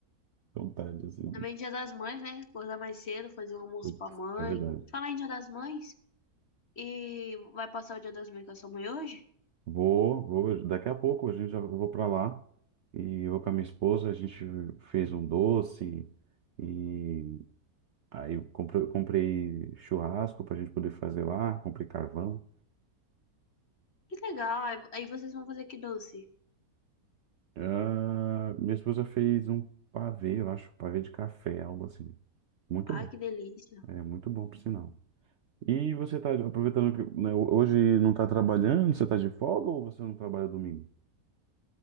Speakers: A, on the right (about 60°); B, on the left (about 45°).
A: Tão tarde assim.
B: Também dia das mães, né? Acordar mais cedo, fazer um almoço
A: Putz,
B: pra mãe.
A: é verdade.
B: Falar em dia das mães, e vai passar o dia das mães com a sua mãe hoje?
A: Vou, vou. Daqui a pouco a gente já eu vou para lá e vou com a minha esposa. A gente fez um doce e aí comprei, comprei churrasco para a gente poder fazer lá. Comprei carvão.
B: Que legal, aí aí vocês vão fazer que doce.
A: Ah, minha esposa fez um pavê, eu acho, pavê de café, algo assim. Muito
B: Ai,
A: bom.
B: que delícia.
A: É muito bom, por sinal. E você tá aproveitando que, né, hoje não tá trabalhando? Você tá de folga ou você não trabalha domingo?